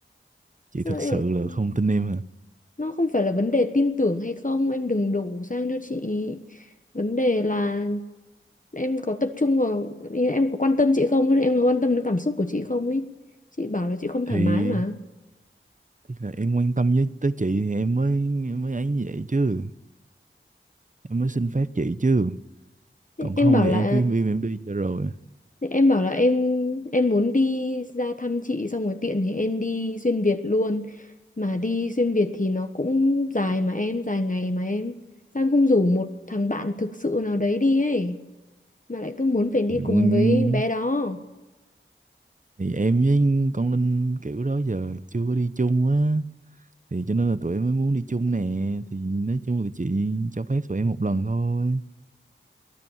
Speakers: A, on the right; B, on the left.
A: chị
B: Sao
A: thực
B: em-
A: sự là không tin em à
B: Nó không phải là vấn đề tin tưởng hay không, em đừng đổ sang cho chị vấn đề là em có tập trung vào ý là em có quan tâm chị không em có quan tâm đến cảm xúc của chị không ấy chị bảo là chị không thoải
A: thì
B: mái mà
A: tức là em quan tâm với tới chị thì em mới em mới ấy như vậy chứ em mới xin phép chị chứ
B: Thế
A: còn không
B: em bảo
A: thì
B: là
A: em cứ im im em đi cho rồi
B: thế em bảo là em em muốn đi ra thăm chị xong rồi tiện thì em đi xuyên Việt luôn mà đi xuyên Việt thì nó cũng dài mà em dài ngày mà em sao em không rủ một thằng bạn thực sự nào đấy đi ấy mà lại cứ muốn phải đi
A: thì,
B: cùng
A: nguyên-
B: với bé đó
A: thì em với con Linh kiểu đó giờ chưa có đi chung á thì cho nên là tụi em mới muốn đi chung nè thì nói chung là chị cho phép tụi em một lần thôi